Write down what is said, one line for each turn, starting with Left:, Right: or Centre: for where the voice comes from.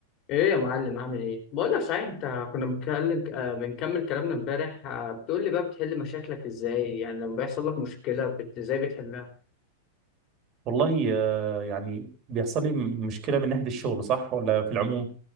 Left: ايه يا معلم عامل ايه بقول لك صحيح انت كنا بنتكلم آه، بنكمل كلامنا امبارح آه، بتقول لي بقى بتحل مشاكلك ازاي يعني لما بيحصل لك مشكله بت... ازاي بتحلها
Right: والله آه، يعني بيحصل لي مشكلة من ناحية الشغل صح ولا في العموم؟